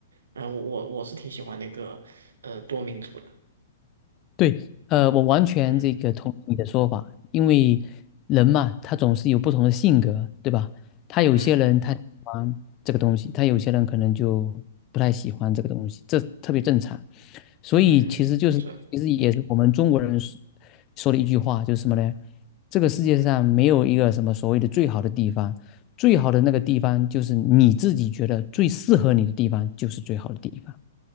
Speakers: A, on the right (about 70°); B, on the left (about 35°).
A: 然后我我我是挺喜欢那个呃多民族的，
B: 对，呃，我完全这个同意你的说法，
A: 嗯
B: 因为人嘛，他总是有不同的性格，对吧？他有些人他喜欢这个东西，
A: 嗯
B: 他有些人可能就不太喜欢这个东西，这特别正常。所以其实就是，
A: 嗯，这
B: 其实也是我们中国人说说的一句话，就是什么呢？这个世界上没有一个什么所谓的最好的地方，最好的那个地方就是你自己觉得最适合你的地方，就是最好的地方。